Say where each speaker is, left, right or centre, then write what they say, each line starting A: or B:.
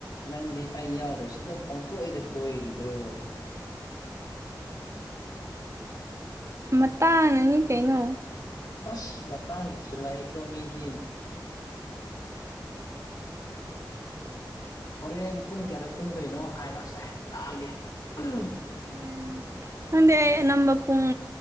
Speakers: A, on the left (about 55°); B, on the right (about 40°).
A: ꯅꯪꯗꯤ ꯑꯩ ꯌꯥꯎꯗ꯭ꯕꯁꯨ ꯑꯗꯨꯝ ꯄꯪꯀꯣꯏꯗ ꯀꯣꯏꯔꯤꯔꯣ
B: ꯎꯝ ꯃꯇꯥꯡꯅꯅꯤ ꯀꯩꯅꯣ
A: ꯑꯁ ꯃꯇꯥꯡꯁꯤ ꯂꯥꯛꯑꯦꯀꯣ ꯃꯤꯗꯤ ꯍꯣꯔꯦꯟ ꯄꯨꯡ ꯀꯌꯥꯗ ꯇꯨꯝꯗꯣꯏꯅꯣ ꯍꯥꯏꯔꯣꯁꯦ ꯂꯥꯛꯑꯒꯦ <unintelligible>
B: ꯎꯝ ꯈꯪꯗꯦ ꯑꯩ ꯑꯅꯝꯕ ꯄꯨꯡ